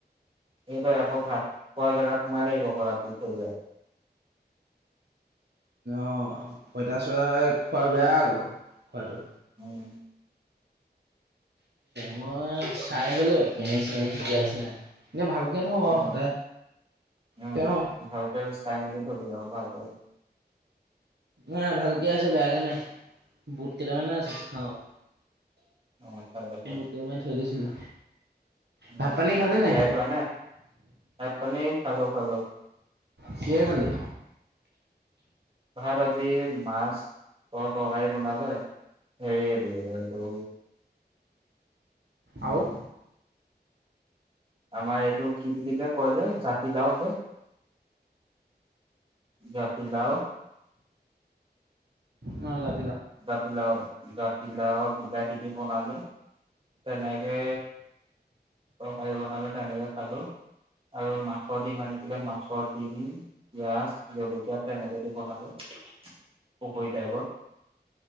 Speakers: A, on the right; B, on the right.
A: সট আকৌ ভাত খোৱা জাৰাত মাই ল আহিব আকৌ ৰাতি থৈ দিয়া।
B: অ পঁইতাচোৰা খোৱা বেয়া আকৌ খোৱাতটো।
A: উম।
B: মই চাই বল কেনে চেয়াহিতকি আছে নাই। এ ভালকে থও বাও
A: উম,
B: সদায়।
A: উম
B: তেওঁ
A: ভালকে চাই মেলি থবি আৰু ভালক।
B: অ ভালকে আছে বেয়াকে নাই বুট কেইটামানে আছে খাও।
A: অ', চাই দে চাই
B: মোট
A: দে
B: কেইান থৈ দিছিলো।
A: উম।
B: ভাত পানী খালি
A: তিয়াই
B: নে।
A: থোৱা ভাত পানী খালো খালো।
B: কিহে খালি।
A: ভাৰ আজি মাছ ত তৰকাৰী বনালে। সেৰি এটো এটো। উম।
B: আৰু?
A: আমাৰ এইটো কি বুলি যে কয় যে জাতিলাও যে। জাতি লাও।
B: অ যা।
A: জাতিলাও জাতিলাও বিলাহি দি বনালে তেনেকে। অ তকাৰী বনালে তেনেকে খালো। আৰু মাছৰ দিম আনিছিলে মাছৰ ডডম পিয়াজ জলকীয়া তেনেকে দি বনালে। পুখুৰীতাইগত।